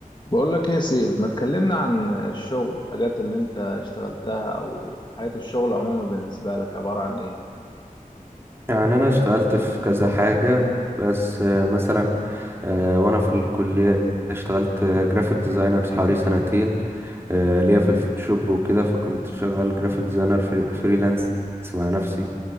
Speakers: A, on the left; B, on the right.
A: بقول لك ايه يا سيف ما تكلمنا عن الشغل الحاجات اللي انت اشتغلتها او حياة الشغل عموما بالنسبة لك عبارة عن ايه
B: يعني انا اشتغلت في كذا حاجة بس آه، مثلا آه، وانا في الكلية اشتغلت جرافيك ديزاينر حوالي سنتين آه، ليا في الفوتوشوب وكده فكنت شغال جرافيك ديزاينر فريلانس مع نفسي